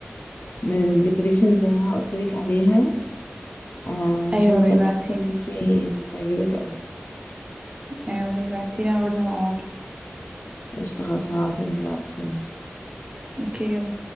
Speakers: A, on the left; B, on the right.
A: من الديكوريشنز اللي أنا قلتلك عليها آه عشان
B: ايوه
A: بجد
B: بيبعتي
A: حاسة ان انتي هتعجبك اوي
B: ايوه بعتيلي انا برضه هبقى ابعتلك
A: قشطة خلاص هبعتلك دلوقتي
B: اوكي يلا